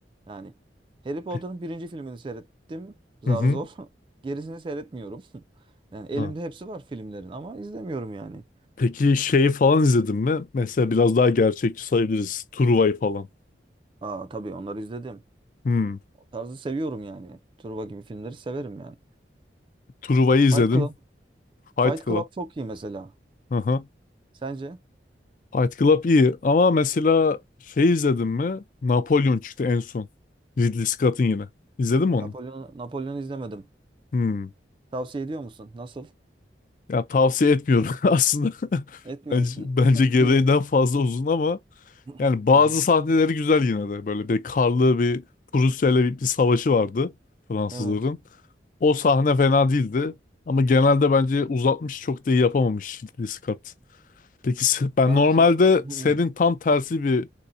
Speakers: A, on the right; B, on the left.
A: Yani Harry Potter'ın
B: Pe-
A: birinci filmini seyrettim. Zar
B: Hı hı
A: zor. <laughs> Gerisini seyretmiyorum. <laughs> Yani elimde
B: ha.
A: hepsi var filmlerin ama izlemiyorum yani.
B: Peki şeyi falan izledin mi? Mesela biraz daha gerçekçi sayabiliriz. Truva'yı falan.
A: Aa tabii onları izledim.
B: Hmm.
A: tarzı seviyorum yani. Turba gibi filmleri severim yani.
B: Truva'yı izledim.
A: Fight Club.
B: Fight
A: Fight
B: Club.
A: Club çok iyi mesela.
B: Hı hı.
A: Sence?
B: Fight Club iyi ama mesela şey izledin mi? Napolyon çıktı en son. Ridley Scott'ın yine. İzledin mi onu?
A: Napolyon Napolyon izlemedim.
B: Hmm.
A: Tavsiye ediyor musun? Nasıl?
B: Ya tavsiye etmiyorum <laughs> aslında.
A: Etmiyor
B: Bence,
A: musun?
B: bence gereğinden
A: <clears throat>
B: fazla uzun ama
A: <laughs>
B: yani bazı
A: Hı hı.
B: sahneleri güzel yine de. Böyle bir karlı bir Prusya ile bir, bir savaşı vardı Fransızların.
A: Evet.
B: O sahne fena değildi. Ama genelde bence uzatmış çok da iyi yapamamış Ridley Scott. Peki se- ben
A: Dersin.
B: normalde
A: <clears throat>
B: senin tam tersi bir